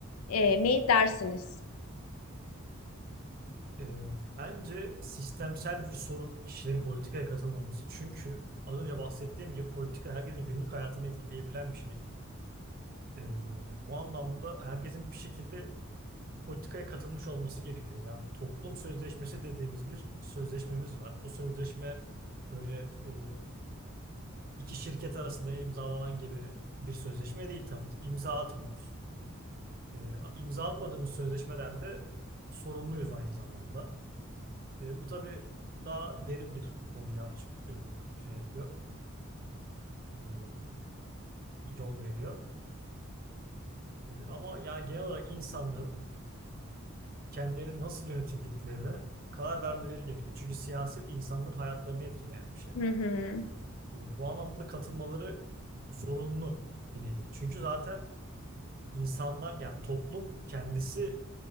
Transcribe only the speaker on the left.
e, mi dersiniz?
Hı hı.